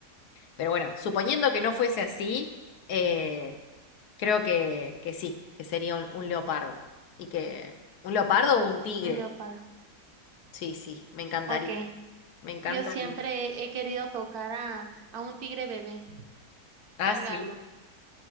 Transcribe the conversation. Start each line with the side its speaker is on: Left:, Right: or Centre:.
Left: Pero bueno, suponiendo que no fuese así, eh, creo que, que sí, que sería un, un leopardo. Y que, ¿un leopardo o un tigre?
Right: un leopardo.
Left: Sí, sí, me encantaría.
Right: Ok.
Left: Me encantaría.
Right: Yo siempre he querido tocar a, a un tigre bebé,
Left: Ah,
Right: cargarlo.
Left: sí.